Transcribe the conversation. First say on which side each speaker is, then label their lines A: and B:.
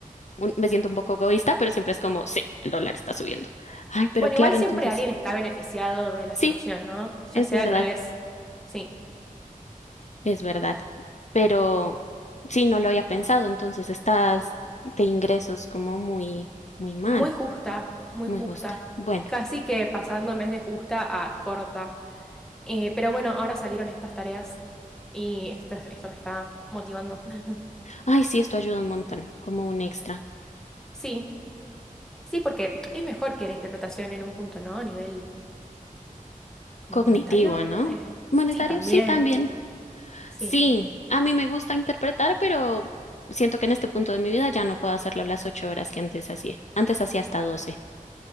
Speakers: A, on the left; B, in the centre.
A: Un- Me siento un poco egoísta, pero siempre es como, sí, el dólar está subiendo. Ay, pero
B: Bueno,
A: claro,
B: igual siempre
A: entonces.
B: alguien está beneficiado de la
A: Sí,
B: situación, ¿no? Ya
A: Es
B: sea
A: verdad,
B: al revés. Sí.
A: es verdad. Pero sí, no lo había pensado, entonces estás de ingresos como muy, muy mal,
B: Muy justa, muy
A: muy
B: justa.
A: justa. Bueno,
B: Casi que pasando en de justa a corta. Eh, pero bueno, ahora salieron estas tareas y esto, esto me está motivando. <laughs>
A: ay, sí, esto ayuda un montón, como un extra
B: Sí, sí, porque es mejor que la interpretación en un punto, ¿no? A nivel como
A: cognitivo,
B: monetario.
A: ¿no?
B: eh,
A: Monetario,
B: sí, también.
A: sí, también.
B: Sí.
A: Sí, a mí me gusta interpretar, pero siento que en este punto de mi vida ya no puedo hacerlo las ocho horas que antes hacía. Antes hacía hasta doce.